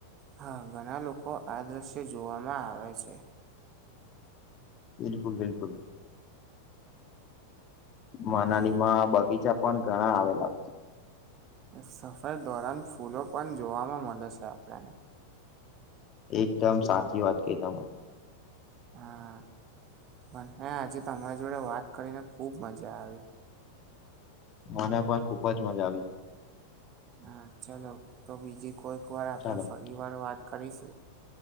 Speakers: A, on the right; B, on the left.
A: હા ઘણા લોકો આ દ્રશ્ય જોવામાં આવે છે.
B: બિલકુલ બિલકુલ મનાલી
A: હા
B: માં બગીચા પણ ઘણા આવેલા
A: સફર દોરાન ફૂલો પણ જોવામાં મળે છે આપણને
B: એકદમ સાચી વાત કઇ તમેં.
A: હા હ મેં આજે તમારા જોડે વાત કરીને ખુબ મજા આવી.
B: મને પણ ખુબ જ મજા આવી.
A: હા ચાલો તો બીજી કોઈક વાર આપણે
B: ચાલો
A: ફરી વાર વાત કરીશું.